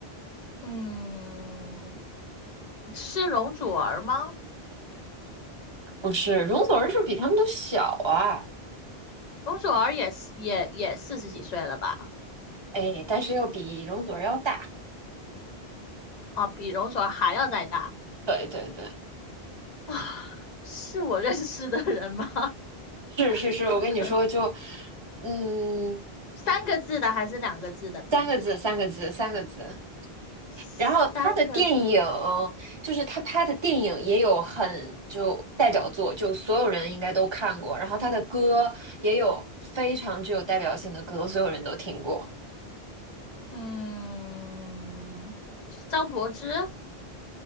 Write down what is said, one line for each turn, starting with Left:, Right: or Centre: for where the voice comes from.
Left: 嗯，是容祖儿吗？
Right: 不是，容祖儿是不是比他们都小啊？
Left: 容祖儿也是也也四十几岁了吧？
Right: 哎，但是要比容祖儿要大。
Left: 啊，比容祖儿还要再大
Right: 对对对，
Left: 啊？是我认识的人吗？<laughs>
Right: 是是是，
Left: 我操，
Right: 我跟你说就，嗯，
Left: 三个字的还是两个字的名字？
Right: 三个字，三个字，三个字。
Left: 三个字，
Right: 然后他的电影，就是他拍的电影也有很就代表作，就所有人应该都看过。然后他的歌也有非常具有代表性的歌，所有人都听过。
Left: 嗯，张柏芝，